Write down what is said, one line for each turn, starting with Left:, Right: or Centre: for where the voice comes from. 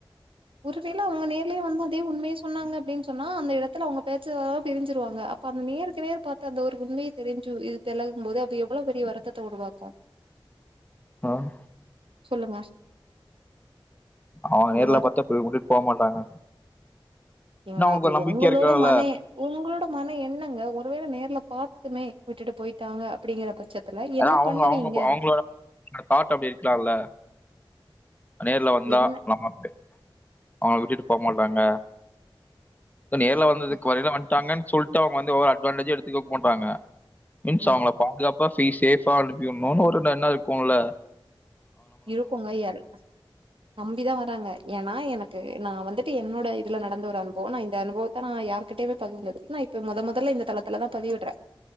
Right: ஒருவேள அவுங்க நேர்லே வந்த அதே உண்மயே சொன்னாங்கப் அப்டின் சொன்னா அந்த எடத்துல அவுங்க பேச்சா பிரிஞ்சிருவாங்க அப்ப அந்த நேருக்கு நேர் பாத்த அந்த ஒரு உண்மிய தெரிஞ்சு இது பெலகும் போது அப்ப எவ்ளோ பெரிய வருத்தத்த உருவாக்கு
Left: ம்
Right: சொல்லுங்க
Left: அவுங்
Right: அந்த
Left: நேர்ல
Right: வருத்
Left: பாத் த பேய் உட்டுட் போ மாட்டாங்க
Right: ஏங்க
Left: இன்னும் அவங்களுக்கு
Right: அது
Left: ஒரு நம்பிக்கை
Right: உங்களோட
Left: இருக்கலாம்ல
Right: மன உங்களோட மன எண்ணங்க ஒருவேள நேர்ல பா துமே விட்டுட்டு பொய்ட்டாங்க அப்டிங்கற பச்சத்துல
Left: ஏன்னா
Right: என்ன
Left: அவங்க
Right: பண்ணுவீங்க
Left: அவங்க அவங்களோட தாட் அப்படி இருக்கலாம்ல நேர்ல வந்தா
Right: என்ன
Left: நா மாப்பே அவுங்ள விட்டுட்டு போ மாட்டாங்க நேர்ல வந்ததுக்கு
Right: ம்
Left: வரில வந்ட்டாங்க சொல்ட்டு அவுங்க வந்து ஓவர் அட்வான்டேஜ் எடுத்துக்க மாட்டாங்க மின்ஸ்
Right: ம்
Left: அவுங்ள பாதுகாப் பா பி சேஃபா அனுப்பியுட்னுனு ஒரு எண்ணோ இருக்குல்ல
Right: இருக்குங்க எல் நம்பிதா வராங்க ஏனா எனக்கு நா வந்துட்டு என்னோட இதுல நடந்த ஒரு அனுபவோ நா இந்த அனுபவத்த நா யார்கிட்டயுமே பகிர்ல இது நா இப்ப மொத மொதல்ல இந்த தளத்துலதா பதிவிட்றே